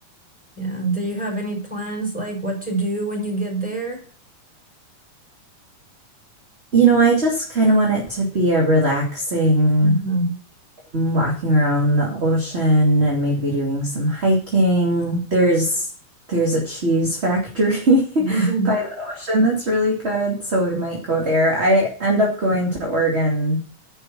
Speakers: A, in the centre; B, on the right.
A: yeah. Do you have any plans like what to do when you get there?
B: you know, I just kind of want it to be a relaxing
A: Uh-huh.
B: mm, walking around the ocean and maybe doing some hiking. There's there's a cheese factory <laughs>
A: <laughs>
B: by the ocean that's really good, so we might go there. I end up going to Oregon